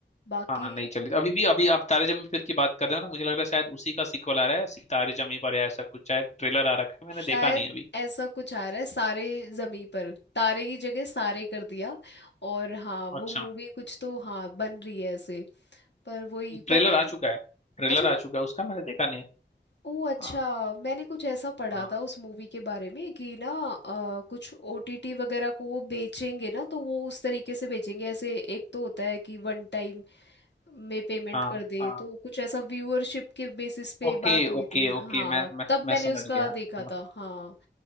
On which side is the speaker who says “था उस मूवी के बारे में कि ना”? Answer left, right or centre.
Left